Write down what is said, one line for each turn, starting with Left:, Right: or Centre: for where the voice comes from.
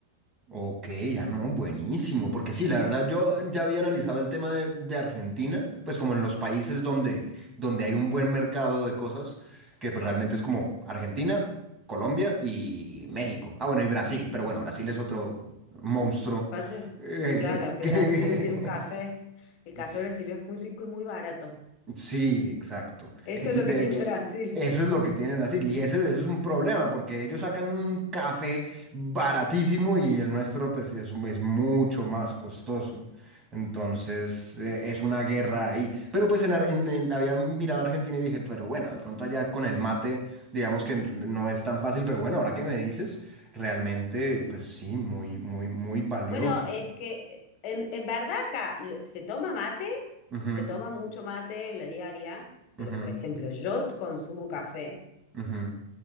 Right: Ok, ya no, buenísimo, porque sí, la verdad yo ya había analizado el tema de, de Argentina, pues como en los países donde, donde hay un buen mercado de cosas, que pues, realmente es como Argentina, Colombia y México. Ah, bueno, y Brasil, pero bueno, Brasil es otro monstruo.
Left: Pasa,
Right: <laughs> eh,
Left: claro, que
Right: que-
Left: Brasil
Right: que-
Left: tiene un café. El
Right: <laughs>
Left: café brasileño es muy rico y muy barato.
Right: Sí, exacto.
Left: Eso
Right: Eh,
Left: es
Right: De
Left: lo que tiene
Right: hecho,
Left: Brasil.
Right: eso es lo que tienen así. Y ese, ese es un problema, porque ellos sacan un café baratísimo y el nuestro pues, es, es mucho más costoso. Entonces, eh, es una guerra ahí. Pero pues en, Ar- en- en- había mirado a Argentina y dije, pero bueno, de pronto allá con el mate, digamos que no es tan fácil, pero bueno, ahora que me dices, realmente, pues sí, muy, muy, muy valioso.
Left: Bueno, es que en, en verdad acá lo- se toma mate,
Right: Ujú,
Left: se toma mucho mate en la diaria, pero
Right: ujú,
Left: por ejemplo, yo consumo café.
Right: ujú.